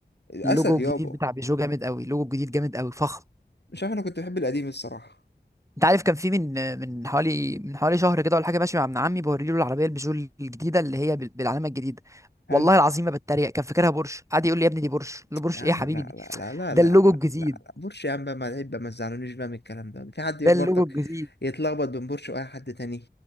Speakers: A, on the left; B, on the right.
A: اسد
B: اللوجو الجديد
A: يابا
B: بتاع بيجو جامد قوي اللوجو الجديد جامد قوي فخم
A: مش عارف انا كنت بحب القديم الصراحه
B: أنت عارف كان في من آه، من حوالي من حوالي شهر كده ولا حاجة ماشي مع ابن عمي بوريله العربية البيجو الجديدة اللي هي بال- بالعلامة الجديدة
A: هل
B: والله العظيم ما بتريق كان فاكرها بورش قعد يقول لي يا ابني دي بورش قلت له بورش
A: يا عم
B: ايه يا حبيبي
A: لا لا
B: دي
A: لا لا
B: ده
A: لا لا
B: اللوجو الجديد
A: لا لا بورش يا عم بقى ما عيب بقى ما تزعلونيش بقى من الكلام ده في حد
B: ده
A: يخبطك
B: اللوجو الجديد
A: يتلخبط بين بورش واي حد تاني